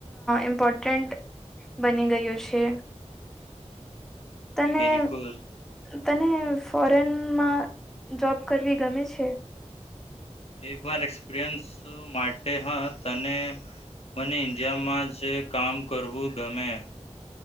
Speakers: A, in the centre; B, on the left (about 60°).
A: ઇમ્પોર્ટન્ટ બની ગયું છે. તને
B: બિલકુલ
A: તને ફોરેનમાં જોબ કરવી ગમે છે?
B: એક વાર એક્સપિરિયન્સ માટે હા, તને મને ઇન્ડિયામાં જ કામ કરવું ગમે.